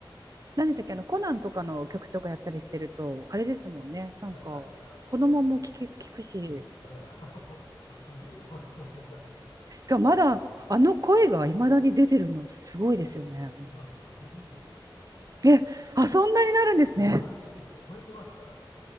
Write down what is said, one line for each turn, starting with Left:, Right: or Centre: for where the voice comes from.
Left: <laughs>
Right: 何でしたっけ、あの、コナンとかの曲とかやったりしてると、あれですもんね。
Left: なんかね、
Right: なんか、
Left: あのー聞くんですかね。
Right: 子供も聞け、聞くし、
Left: <laughs> あの、あすげえなと思いながら <laughs> あの、
Right: がまだあの声が未だに出てるのすごいですよね。
Left: たまにいますけど。稲葉さんは61ですからね、今、今年。
Right: えあ、そんなになるんですね。
Left: もう還暦超えてますからね。